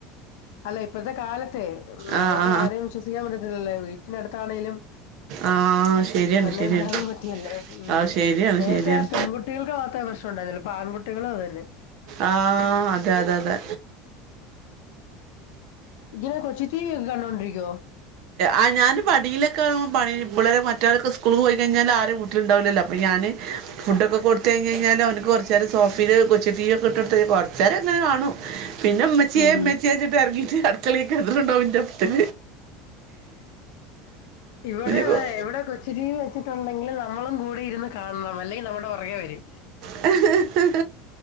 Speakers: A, on the left; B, on the right.
A: അല്ല ഇപ്പത്തെ കാലത്തെ ഉം
B: ആ
A: നമുക്ക്
B: ആ
A: ആരേയും വിശ്വസിക്കാൻ പറ്റത്തി ഇല്ല വീട്ടിനടുത്താണേലും
B: ആ ശരിയാണ്
A: തന്നെ
B: ശരിയാണ്
A: പിള്ളാരെ പറ്റിയല്ലോ ഉം
B: ആ ശരിയാണ്
A: നേരത്തെ
B: ശരിയാണ്
A: പെൺകുട്ടികൾക്ക് മാത്രേ പ്രശ്നം ഉണ്ടാരുന്നുള്ളു പ്പ ആൺകുട്ടികളും അതന്നെ
B: ആഹ് അതെ അതെ അതെ
A: ഇങ്ങന കൊച്ചി ടീവി കെ കാണ്ടോണ്ടിരിക്കോ
B: ആഹ് ഞാന് മടിയിലൊക്കെ <unintelligible> മറ്റരൊക്കെ സ്കൂള് പോയിക്കഴിഞ്ഞാൽ ആരും വീട്ടിലുണ്ടാവില്ലല്ലോ അപ്പൊ ഞാന് ഫുഡൊക്കെ
A: ആ
B: കൊടുത്ത് കഴിഞ്ഞഴിഞ്ഞാല് അവനിക്ക് കുറച്ച് നേരം സോഫയില് കൊച്ച് ടീവി ഒക്കെ ഇട്ട് കൊടുത്ത് കൊറച്ച നേരം അങ്ങനെ കാണും പിന്നെ മ്മച്ചിയെ
A: ഉം
B: മ്മച്ചിയെ ച്ചിട്ട് എറങ്ങി അടക്കല തണ്ടാവും ഇന്റെപ്പത്തിൽ
A: ഇവിടെ അതാ
B: കൊ-
A: ഇവിടെ കൊച്ചി ടി വി വെച്ചിട്ടുണ്ടെങ്കിൽ ന നമ്മളും കൂടെ ഇരുന്ന് കാണണം അല്ലെങ്കിൽ നമ്മുടെ പുറകെ വരും
B: ആ